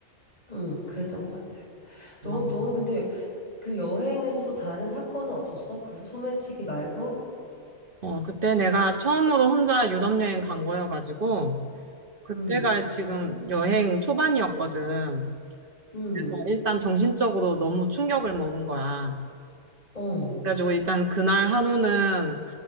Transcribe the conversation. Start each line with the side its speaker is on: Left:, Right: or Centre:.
Left: 응, 그랬던 것 같아. 너,
Right: 어,
Left: 너는 근데 그 여행에서도 다른 사건은 없었어? 그 소매치기 말고?
Right: 어, 그때 내가 처음으로 혼자 유럽 여행 간 거여가지고, 그때가
Left: 응,
Right: 지금 여행 초반이었거든.
Left: 응,
Right: 그래서 일단 정신적으로 너무 충격을 먹은 거야.
Left: 어,
Right: 그래가지고 일단 그날 하루는